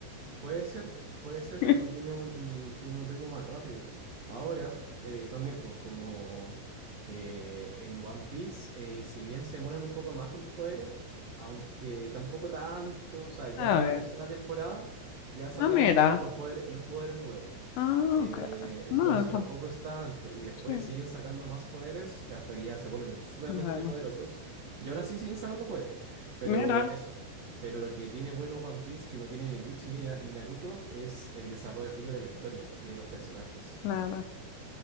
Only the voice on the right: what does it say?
Puede ser, puede ser
porque tiene un, tiene un ritmo más rápido. Ahora, eh, también, pues, como eh, en One Piece, eh, si bien se demoran un poco más con los poderes, aunque tampoco tanto, o sea, ya
en la
tercera temporada ya sacan
po- los poderes, los poderes nuevos.
Eh,
entonces
tampoco es tanto. Y después
siguen sacando más poderes y hasta que ya se vuelven sumamente
poderosos. Y aún así siguen sacando poderes. Pero
eso. Pero lo que tiene bueno One Piece, que no tiene ni Bleach ni, Na- ni Naruto, es el desarrollo de la historia y de los personajes.